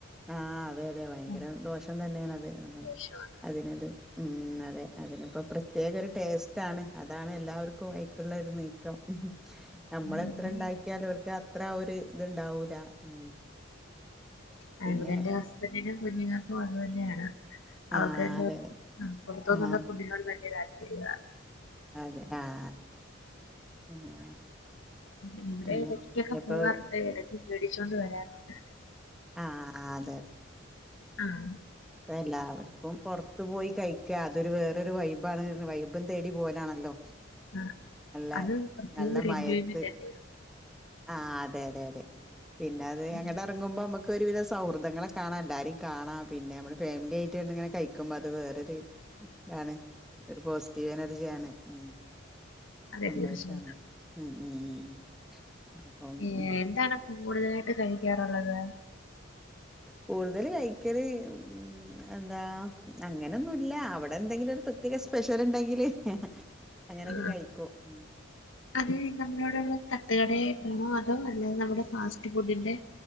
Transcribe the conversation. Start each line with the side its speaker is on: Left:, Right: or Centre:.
Centre: ആഹ് അതെ അതെ ഭയങ്കര
Left: ഉം.
Centre: ദോഷം തന്നെയാണത് അതന്നെ
Left: ദോഷമാണ്
Centre: അതിനൊരു ഉം അതെ അതിനിപ്പോ പ്രത്യേകൊരു ടേസ്റ്റ് ആണ് അതാണ് എല്ലാവർക്കു അയ്ക്കുള്ളോരു നീക്കം നമ്മള
Left: ആ,
Centre: എത്ര
Left: ഇവിടെ
Centre: ഉണ്ടാ <unintelligible> ക്ക് അത്ര ഒരു ഇത്ണ്ടാവൂല ഉം
Left: അ
Centre: പിന്നെ
Left: ഇവിടെന്റെ ഹസ്ബന്റിനും കുഞ്ഞുങ്ങക്കും അത് തന്നെയാണ് അവർക്ക്
Centre: ആഹ്
Left: രണ്ടു
Centre: അതെ
Left: പേർക്കും ആഹ് പുറത്തുന്നുള്ള
Centre: ആഹ്
Left: ഫുഡിനോട് വല്യ താല്പര്യല്ല
Centre: അതെ ആഹ് പിന്നെ
Left: ഇബടെ
Centre: പിന്നെ
Left: എടക്കൊക്കെ
Centre: ഇപ്പൊ
Left: പോകാറുണ്ട് എടക്ക് വെടിച്ചൊണ്ട് വരാറുണ്ട്
Centre: ആഹ് അതെ
Left: ആഹ്
Centre: ല്ലാ വർക്കും പുറത്ത് പോയി കഴിക്ക അതൊരു വേറൊരു വൈബാണ് വൈ പ്പതേടി പോയതാണല്ലോ
Left: ആ
Centre: നല്ല
Left: അത് പ്രത്യേക
Centre: നല്ല
Left: ഒരു
Centre: മയത്ത്
Left: എൻജോയ്മെന്റ് അല്ലയോ
Centre: ആഹ് അതെ അതെ അതെ പിന്നെ അത്
Left: ഉം.
Centre: അങ്ങട് ഇറങ്ങുമ്പോ നമുക്ക് ഒരു വിധ സൗഹൃദങ്ങളെ കാണാ എലാരിം കാണാ പിന്നെ മ്മള് ഫാമിലായിട്ട് ഇങ്ങനെ കയിക്കുമ്പോ അത് വേറൊരു ഇതാണ് ഒരു പോസിറ്റീവ് എനർജിയാണ് ഉം
Left: അതെ
Centre: സന്തോഷാണ്
Left: തീർച്ചയായിട്ടും
Centre: ഉം ഉം ഉം അപ്പം
Left: ഏ,
Centre: ഉം
Left: എന്താണ് കൂടുതലായിട്ട് കഴിക്കാറുള്ളത്
Centre: കൂടുതല് കയിക്കല് ഉം എന്താ അങ്ങനെന്നുല്ല അവിടെ എന്തെങ്കിലൊരു പ്രത്യേക സ്പെഷ്യലുണ്ടെങ്കില് അങ്ങനെക്കെ
Left: ആ,
Centre: കഴിക്കു ഉം
Left: അത് നമ്മളോടുള്ള തട്ടുകടയായിട്ടാണോ അതോ അല്ലെ നമ്മുടെ ഫാസ്റ്റ് ഫുഡിന്റെ..